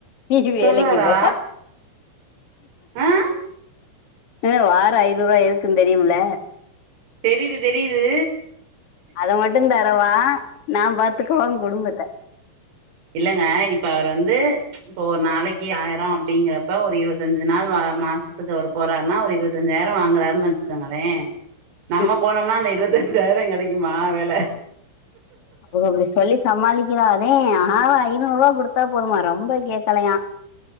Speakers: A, on the left; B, on the right.
A: நீ வேலைக்கு
B: சொல்றாரா
A: போ
B: ஆ
A: ஆ வாரோ ஐநூறு ரூவா எதுக்குன்னு தெரியும்ல
B: தெரிது தெரிது
A: அத மட்டு தரவா நா பாத்துக்குவ குடும்பத்த
B: இல்லைங்க இப்ப அவரு வந்து இப்போ ஒரு நாளைக்கு ஆயிரோ அப்டிங்கறப்ப ஒரு இருவத்தெஞ்சு நாள் மாச த்துக்கு அவர் போறாருன்னா ஒரு இருபத்தஞ்சாயிரோ வாங்குறாருனு வச்சுக்கோங்களே
A: <inaudible>
B: நம்ம போனோம்னா அந்த இருவத்தெஞ்சாயிரோ கெடைக்குமா வேல
A: ஓ அப்டி சொல்லி சமாளிக்கிற அதே வாரோ ஐநூறு ரூவா குடுத்தா போதுமா ரொம்ப கேக்கலையா <inaudible>